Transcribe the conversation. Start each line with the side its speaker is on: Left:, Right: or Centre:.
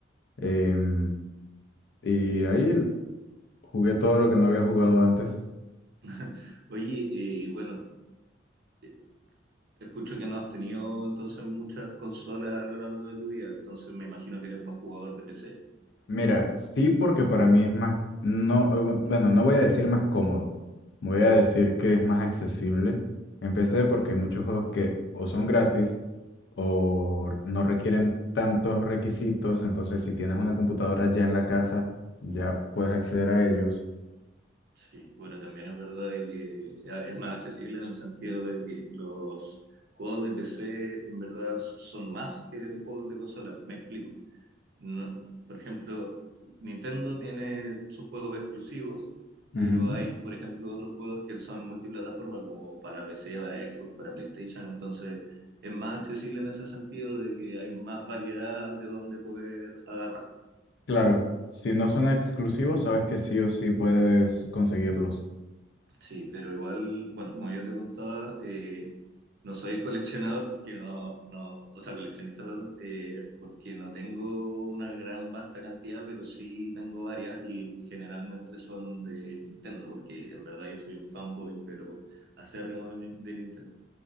Left: em, y ahí l- jugué todo lo que no había jugado antes.
Right: <laughs> Oye, eh, bueno, eh, escucho que no has tenido entonces muchas consolas a lo largo de tu vida, entonces me imagino que eres más jugador de PC.
Left: Mira, sí, porque para mí es más, no, eh, bu- bueno, no voy a decir más cómodo, voy a decir que es más accesible. Empecé porque hay muchos juegos que o son gratis o no requieren tantos requisitos, entonces si tienes una computadora ya en la casa, ya puedes acceder a ellos.
Right: Sí, bueno, también es verdad de que ya es más accesible en el sentido de que los juegos de PC en verdad son más que los juegos de consola. Me explico. no- por ejemplo, Nintendo tiene sus juegos exclusivos, pero
Left: Ujú.
Right: hay, por ejemplo, otros juegos que son multiplataforma, como para PC, para Xbox, para PlayStation, entonces es más accesible en ese sentido de que hay más variedad de dónde poder agarrar.
Left: Claro, si no son exclusivos, sabes que sí o sí puedes conseguirlos.
Right: Sí, pero igual, bueno, como yo te contaba, eh, no soy coleccionador porque no, no, o sea, coleccionista, perdón, eh, porque no tengo una gran vasta cantidad, pero sí tengo varias y generalmente son de Nintendo, porque en verdad yo soy un fanboy, pero acérrimo de, Nin- de Nintendo.